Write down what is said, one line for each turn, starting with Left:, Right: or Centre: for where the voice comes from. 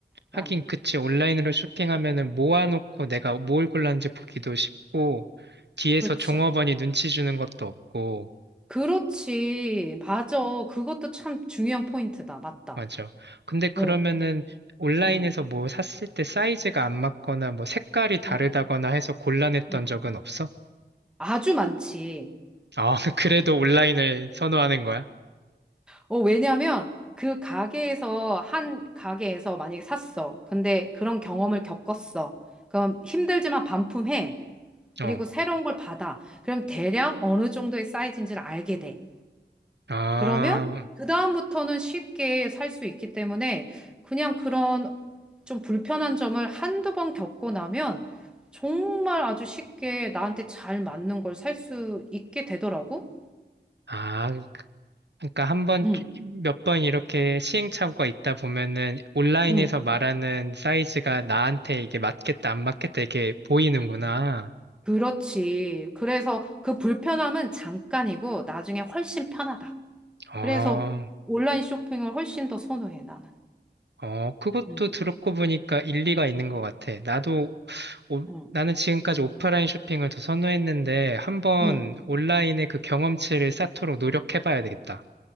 Right: 하긴,
Centre: 나는.
Right: 그치. 온라인으로 쇼핑하면은 모아놓고 내가 뭘 골랐는지 보기도 쉽고, 뒤에서
Centre: 그렇지.
Right: 종업원이 눈치 주는 것도 없고,
Centre: 그렇지. 맞아. 그것도 참 중요한 포인트다. 맞다.
Right: 맞아. 근데 그러면은
Centre: 어,
Right: 온라인에서
Centre: 응,
Right: 뭐 샀을 때 사이즈가 안 맞거나 뭐 색깔이 다르다거나
Centre: 응,
Right: 해서 곤란했던
Centre: 응.
Right: 적은 없어?
Centre: 아주 많지.
Right: 아, <laughs> 그래도 온라인을 선호하는 거야?
Centre: 어, 왜냐면 그 가게에서 한 가게에서 만약에 샀어. 근데 그런 경험을 겪었어. 그럼 힘들지만 반품해. 그리고
Right: 어.
Centre: 새로운 걸 받아. 그럼 대략 어느 정도의 사이즈인지를 알게 돼.
Right: 아,
Centre: 그러면 그다음부터는 쉽게 살 수 있기 때문에 그냥 그런 좀 불편한 점을 한두 번 겪고 나면 정말 아주 쉽게 나한테 잘 맞는 걸 살 수 있게 되더라고.
Right: 아, 그러니까 한 번,
Centre: 응,
Right: 몇 번 이렇게 시행착오가 있다 보면은 온라인에서
Centre: 응.
Right: 말하는 사이즈가 나한테 이게 맞겠다, 안 맞겠다, 이게 보이는구나.
Centre: 그렇지. 그래서 그 불편함은 잠깐이고 나중에 훨씬 편하다.
Right: 어,
Centre: 그래서 온라인 쇼핑을 훨씬 더 선호해, 나는.
Right: 어, 그것도
Centre: 응,
Right: 들었고 보니까 일리가 있는 것 같아. 나도, 오-
Centre: 응,
Right: 나는 지금까지 오프라인 쇼핑을 더 선호했는데 한번
Centre: 응.
Right: 온라인의 그 경험치를 쌓도록 노력해봐야 되겠다.